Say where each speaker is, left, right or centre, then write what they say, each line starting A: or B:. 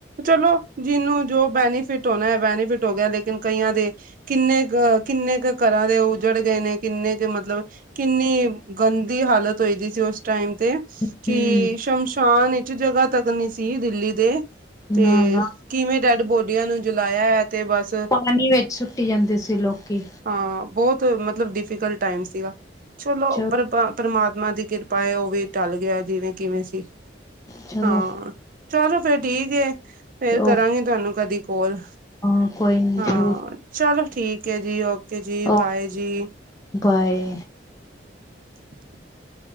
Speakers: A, on the right; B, on the left.
A: ਚਲੋ ਜਿਹਨੂੰ ਜੋ ਬੈਨੀਫਿਟ ਹੋਣਾ ਬੈਨੀਫਿਟ ਹੋ ਗਿਆ ਲੇਕਿਨ ਕਈਆਂ ਦੇ ਕਿੰਨੇ ਕਿੰਨੇ ਕ ਘਰਾਂ ਦੇ ਉੱਜੜ ਗਏ ਨੇ ਕਿੰਨੇ ਕੁ ਮਤਲਬ ਕਿੰਨੀ ਗੰਦੀ ਹਾਲਤ ਹੋਈ ਦੀ ਸੀ ਉਸ ਟਾਈਮ ਤੇ
B: ਹੂੰ
A: ਕੀ ਸ਼ਮਸ਼ਾਨ ਵਿਚ ਜਗ੍ਹਾ ਤੱਕ ਨੀ ਸੀ ਦਿੱਲੀ ਦੇ। ਤੇ
B: ਨਾ-ਨਾ
A: ਕਿਵੇਂ ਡੈਡ ਬੋਡੀਆਂ ਨੂੰ ਜਲਾਇਆ ਐ ਤੇ ਬਸ
B: ਪਾਣੀ ਵਿੱਚ ਸੁੱਟੀ ਜਾਂਦੇ ਲੋਕੀ।
A: ਹਾਂ, ਬਹੁਤ ਮਤਲਬ ਡਿਫੀਕਲਟ ਟਾਈਮ ਸੀਗਾ ਚਲੋ
B: ਚ
A: ਪਰ ਪਰਮਾਤਮ। ਮਾਂ ਦੀ ਕਿਰਪਾ ਐ ਉਹ ਵੀ ਟਲ ਗਿਆ ਜਿਵੇਂ ਕਿਵੇਂ ਸੀ
B: ਚਲੋ
A: ਹਾਂ। ਚਲੋ ਫੇਰ ਠੀਕ ਐ ਫੇਰ
B: ਓ
A: ਕਰਾਂਗੀ ਤੁਹਾਨੂੰ ਕਦੀ ਕੋਲ।
B: ਹਾਂ ਕੋਈ ਨੀ
A: ਹਾਂ,
B: ਜ਼ਰੂਰ
A: ਚਲੋ ਠੀਕ ਐ ਜੀ ਓਕੇ ਜੀ
B: ਓ
A: ਬਾਏ ਜੀ।
B: ਬਾਏ।
A: <inaudible>